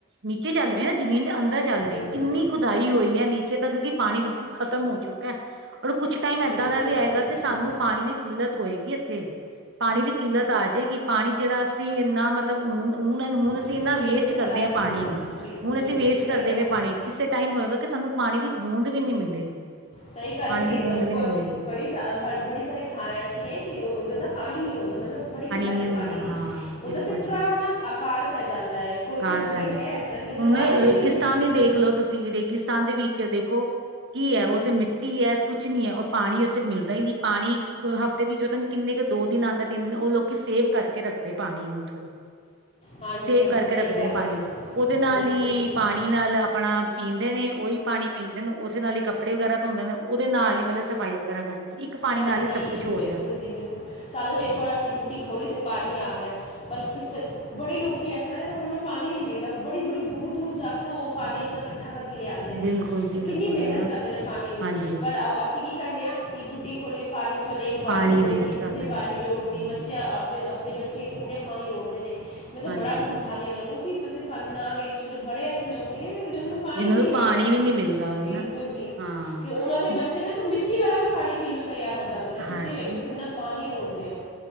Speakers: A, on the right; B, on the left.
A: ਨੀਚੇ ਚੱਲ ਰਹੇ ਨਾ ਜ਼ਮੀਨ ਦੇ ਅੰਦਰ ਚੱਲ ਰਹੀ
B: ਬਿਲਕੁਲ ਬਿਲਕੁਲ
A: ਹੈ ਕਿੰਨੀ ਖੁਦ ਧਾਈ ਹੋਈ ਹੈ ਨੀਚੇ ਤਾਂ ਕਿਉਂਕਿ ਪਾਣੀ ਬਿਲਕੁਲ ਖ਼ਤਮ ਹੋ ਚੁੱਕਾ ਹੈ ਔਰ ਕੁੱਛ ਟਾਈਮ ਇਏਦਾਂ
B: ਬਿਲਕੁਲ
A: ਦਾ ਵੀ ਹੈਏਗਾ
B: ਸਹੀ ਗੱਲ
A: ਕਿ ਸਾਨੂੰ
B: ਹੈ
A: ਪਾਣੀ ਦੇ ਕਿੱਲਤ ਹੋਏਗੀ ਇੱਥੇ ਪਾਣੀ ਦੀ ਕਿੱਲਤ ਆ ਜਾਏਗੀ ਪਾਣੀ ਜਿਹੜਾ ਅਸੀਂ ਇੰਨਾ ਮਤਲਬ ਹੁਣ ਹੁਣ ਹੁਣ ਅਸੀਂ
B: ਬਿਲਕੁਲ
A: ਇਹਨਾ ਵੇਸਟ ਕਰਦੇ
B: ਬੜਾ
A: ਹਾਂ ਪਾਣੀ
B: ਹੈ
A: ਨੂੰ
B: ਬਿਲਕੁਲ
A: ਹੁਣ
B: ਜੀ
A: ਅਸੀਂ
B: ਬਿਲਕੁਲ
A: ਵੇਸਟ
B: ਸਹੀ
A: ਕਰਦੇ
B: ਗੱਲ
A: ਪਏ
B: ਹੈ
A: ਪਾਣੀ ਕਿਸੇ ਟਾਈਮ ਹੋਏਗਾ ਕਿ ਸਾਨੂੰ ਪਾਣੀ ਦੀ ਬੂੰਦ ਵੀ ਨਹੀਂ ਮਿਲੇਗੀ
B: ਸਹੀ ਗੱਲ
A: ਪਾਣੀ
B: ਹੈ ਕਿ
A: ਦੀ ਬੂੰਦ ਵੀ
B: ਕੋਈ
A: ਨਹੀਂ ਮਿਲੇਗੀ
B: ਬੜੀ ਬੜੀ ਸਾਰੀ ਥਾਂ ਐਸੀ ਹੈ ਕਿ ਉੱਧਰ ਨਾ ਪਾਣੀ ਨਹੀਂ ਆਉਦਾ ਮਤਲਬ ਬੜੀ ਕਿੱਲਤ
A: ਨੀ
B: ਹੈ
A: ਹੁੰਦਾ
B: ਪਾਣੀ ਦੀ
A: ਹਾਂ
B: ਉੱਧਰ
A: ਬਿਲਕੁਲ
B: ਤੇ ਪੂਰਾ
A: ਜੀ
B: ਹੈ ਨਾ ਅਕਾਲ ਪੈ ਜਾਂਦਾ ਹੈ ਕੋਈ
A: ਕਾਲ
B: ਕੋਈ ਜਗ੍ਹਾ
A: ਪੈ ਜਾ
B: ਹੈ ਤਾਂ ਕਿ ਉੱਧਰ
A: ਹੁਣ
B: ਬਾਰਿਸ਼
A: ਰੇਗਿਸਤਾਨ
B: ਨਹੀਂ ਹੁੰਦੀ ਬਿਲਕੁਲ
A: ਹੀ ਦੇਖ
B: ਵੀ।
A: ਲਓ ਤੁਸੀਂ ਰੇਗਿਸਤਾਨ ਦੇ ਵਿੱਚ ਦੇਖੋ ਕੀ ਹੈ ਉੱਥੇ ਮਿੱਟੀ ਕੀ ਐ ਕੁਛ ਨੀ ਐ ਉਹ ਪਾਣੀ ਉੱਥੇ ਮਿਲਦਾ ਹੀ ਨੀ, ਪਾਣੀ ਹਫ਼ਤੇ ਦੇ ਵਿੱਚ ਪਤਾ ਨੀ ਕਿੰਨੇ ਕੁ ਦੋ ਦਿਨ ਆਉਂਦਾ ਤਿੰਨ, ਉਹ ਲੋਕੀ ਸੇਵ ਕਰਕੇ ਰੱਖਦੇ ਪਾਣੀ ਨੂੰ ਉੱਥੋਂ ਦੇ।
B: ਹਾਂਜੀ
A: ਸੇਵ
B: ਹਾਂਜੀ
A: ਕਰਕੇ
B: ਸਹੀ
A: ਰੱਖਦੇ
B: ਗੱਲ
A: ਨੇ ਪਾਣੀ
B: ਹੈ
A: ਨੂੰ, ਉਹਦੇ ਨਾਲ
B: ਬਿਲਕੁਲ
A: ਹੀ
B: ਬਿਲਕੁਲ
A: ਪਾਣੀ ਪਾਣੀ ਨਾਲ ਆਪਣਾ ਪੀਂਦੇ ਨੇ ਉਹੀ ਪਾਣੀ ਪੀਂਦੇ ਨੇ, ਉਸਦੇ ਨਾਲ ਹੀ ਕੱਪੜੇ ਵਗੈਰਾ ਧੋਂਦੇ ਨੇ। ਉਹਦੇ ਨਾਲ ਹੀ ਮਤਲਬ ਸਫ਼ਾਈ ਵਗੈਰਾ ਕਰਦੇ ਨੇ ਇੱਕ ਪਾਣੀ
B: ਹਾਂਜੀ
A: ਨਾਲ ਹੀ ਸਭ ਕੁਛ ਹੋ
B: ਬਿਲਕੁਲ
A: ਰਿਹਾ
B: ਜੀ ਬਿਲਕੁਲ, ਸਾਨੂੰ ਵੇਖੋ ਅਸੀਂ ਟੂਟੀ ਖੋਲੀ ਤੇ ਪਾਣੀ ਆ ਗਿਆ। ਪਰ ਕਿਸੇ ਬੜੇ ਲੋਕੀ ਇਸ ਤਰ੍ਹਾਂ ਨੇ ਉਨਾਂ ਨੂੰ ਪਾਣੀ ਨਹੀਂ ਮਿਲਦਾ, ਬੜੀ ਬੜੀ ਦੂਰ ਦੂਰ ਜਾ ਕੇ ਉਹ ਪਾਣੀ ਆਪਣਾ ਇਕੱਠਾ ਕਰਕੇ ਲਿਆਦੇ ਨੇ
A: ਬਿਲਕੁਲ ਜੀ
B: ਤੇ
A: ਬਿਲਕੁਲ
B: ਕਿੰਨੀ ਮਿਹਨਤ
A: ਹਨਾ
B: ਕਰਦੇ ਨੇ ਪਾਣੀ ਨੂੰ,
A: ਹਾਂਜੀ
B: ਪਰ ਅਸੀਂ ਕੀ ਕਰਦੇ ਹਾਂ ਕਿ ਟੂਟੀ ਖੋਲੀ ਪਾਣੀ ਚਲੇ ਇੱਕ ਬਾਲਟੀ
A: ਪਾਣੀ
B: ਰੋੜਤੀ,
A: ਵੇਸਟ
B: ਦੂਸਰੀ
A: ਕਰਦੇ ਨੇ
B: ਬਾਲਟੀ ਰੋੜਤੀ
A: ਹਮ
B: ਬੱਚੇ ਆਪਣੇ ਆਪਣੇ ਬੱਚੇ ਬੱਚੇ ਕਿੰਨਾ ਪਾਣੀ ਰੋੜਦੇ ਨੇ, ਮੈਂ ਤੇ
A: ਹਾਂਜੀ
B: ਬੜਾ
A: ਹਾਂਜੀ
B: ਸਮਝਾਣੀ ਉਹਨਾਂ ਨੂੰ ਕਿ ਤੁਸੀ ਪਾਨੀ ਨਾ ਵੇਸਟ ਕਰੋ, ਬੜੇ ਐਸੇ ਲੋਕੀ ਨੇ ਨਾ ਜਿੰਨਾਂ ਨੂੰ ਪਾਨੀ
A: ਜਿਹਨਾਂ
B: ਵੀ ਨੀ ਮਿਲਦਾ,
A: ਪਾਣੀ ਵੀ ਨੀ ਮਿਲਦਾ
B: ਬਿਲਕੁਲ
A: ਹੋਵੇ ਨਾ
B: ਜੀ,
A: ਹਾਂ
B: ਕੇ ਉਨਾਂ ਦੇ ਬੱਚੇ ਨਾ ਤਾਂ ਮਿੱਟੀ ਮਿੱਟੀ ਵਾਲਾ ਵੀ ਪਾਣੀ ਪੀਣ ਨੂੰ ਤਿਆਰ ਹੋ ਜਾਂਦੇ ਨੇ, ਤੁਸੀਂ
A: ਹਾਂਜੀ
B: ਵੇਖੋ ਕਿੰਨਾ ਪਾਨੀ ਰੋੜਦੇ ਓ।